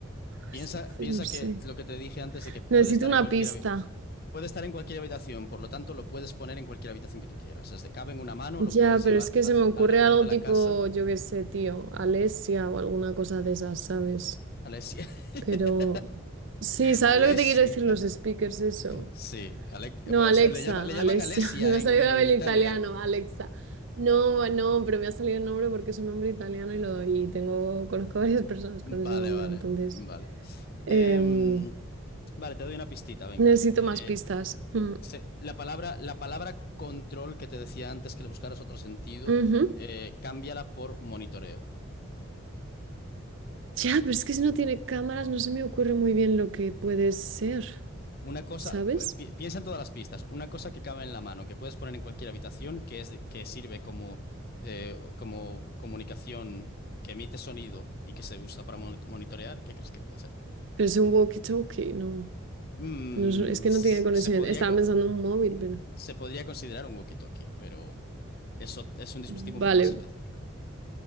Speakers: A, on the left; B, on the right.
A: Piensa,
B: Es que entonces
A: piensa
B: no sé.
A: que lo que te dije antes de que puede
B: Necesito
A: estar
B: una
A: en cualquier
B: pista.
A: habi- puede estar en cualquier habitación, por lo tanto lo puedes poner en cualquier habitación que tú quieras. Desde cabe en una mano,
B: Ya,
A: lo puedes llevar
B: pero es que
A: al-
B: se me ocurre
A: alrededor
B: algo
A: de la
B: tipo,
A: casa.
B: yo qué sé, tío, Alesia o alguna cosa de esas, ¿sabes?
A: Alessia. <laughs>
B: Pero sí, ¿sabes
A: Alessia.
B: lo que te quiero decir? Los speakers, eso.
A: Sí, Ale-
B: No,
A: o
B: Alexa,
A: sea, le llama- le llaman
B: Alessia,
A: Alesia
B: <laughs> me ha
A: en,
B: salido
A: en
B: el
A: Italia.
B: italiano, Alexa. No, no, pero me ha salido el nombre porque es un nombre italiano y lo y tengo, conozco <laughs> a varias personas con
A: Vale,
B: ese nombre,
A: vale,
B: entonces
A: vale.
B: em,
A: Em, vale, te doy una pistita, venga.
B: necesito
A: Eh,
B: más pistas. Mm,
A: se- la palabra, la palabra control que te decía antes que le buscaras otro sentido,
B: ujú.
A: eh, cámbiala por monitoreo.
B: Ya, pero es que si no tiene cámaras no se me ocurre muy bien lo que puede ser,
A: Una cosa,
B: ¿sabes?
A: eh, pi- piensa en todas las pistas, una cosa que cabe en la mano, que puedes poner en cualquier habitación, que es de- que sirve como, eh, como comunicación, que emite sonido y que se usa para mon- monitorear, ¿qué crees que puede ser?
B: Pero es un walkie-talkie, no,
A: Mm,
B: no es, es que
A: s-
B: no tiene conexión.
A: se podría,
B: Estaba
A: co-
B: pensando en un móvil, pero
A: se podría considerar un walkie-talkie, pero eso es un dispositivo
B: vale,
A: un poco más específico.